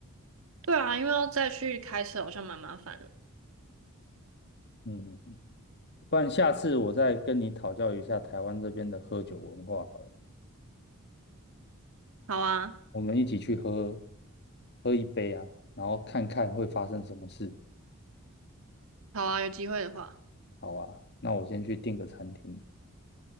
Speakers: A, on the right; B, on the left.
A: 对啊，因为要再去开车好像蛮麻烦的。
B: 嗯，不然下次我再跟你讨教一下台湾这边的喝酒文化好了，
A: 好啊，
B: 我们一起去喝喝一杯啊，然后看看会发生什么事。
A: 好啊，有机会的话，
B: 好啊，那我先去订个餐厅，